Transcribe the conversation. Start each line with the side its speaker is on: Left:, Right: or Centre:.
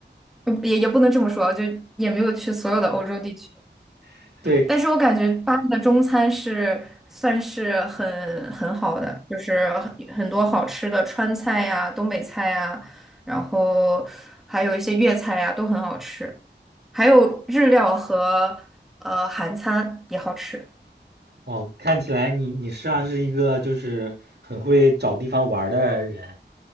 Centre: 嗯也也不能这么说，就也没有去所有的欧洲地区，
Right: <laughs> 对，
Centre: 但是我感觉巴黎的中餐是算是很很好的，就是很很多好吃的川菜呀、东北菜呀，然后还有一些粤菜呀，都很好吃，还有日料和呃韩餐也好吃，
Right: 哦，看起来你你实际上是一个就是很会找地方玩的人。